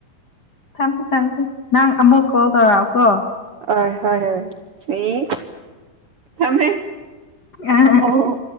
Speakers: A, on the left; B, on the right.
A: ꯊꯝꯁꯤ ꯊꯝꯁꯤ ꯅꯪ ꯑꯃꯨꯛ ꯀꯣꯜ ꯇꯧꯔꯛꯑꯣꯀꯣ
B: ꯍꯣꯏ ꯍꯣꯏ ꯍꯣꯏ ꯑꯦ ꯊꯝꯃꯦ
A: ꯑ
B: ꯑꯣ